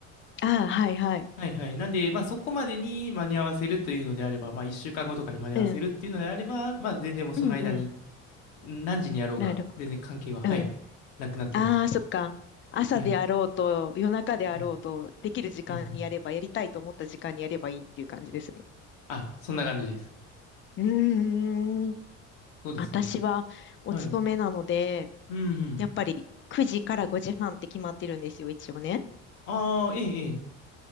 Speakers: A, on the left; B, on the left.
A: ああ、はいはい。
B: はいはい。なんで、まあそこまでに間に合わせるというのであれば、まあ1週間後とかに間に合わせるっていうのであれば、
A: うん。
B: まあ全然もうその間に
A: うんうん。
B: 何時にやろうが、
A: なるほど。
B: 全然関係は、はい、
A: うん。
B: なくなってます。
A: ああ、そっか。朝であろうと、
B: はい。
A: 夜中であろうと、
B: うん、
A: できる時間にやれば、
B: うん、うん。
A: やりたいと思った時間にやればいいっていう感じですね。
B: あ、そんな感じです。
A: うーん。
B: そうですね。
A: 私はお勤めなので、
B: はい。うん、うん。
A: やっぱり9時から5時半って決まってるんですよ、一応ね。
B: ああ、ええ、ええ。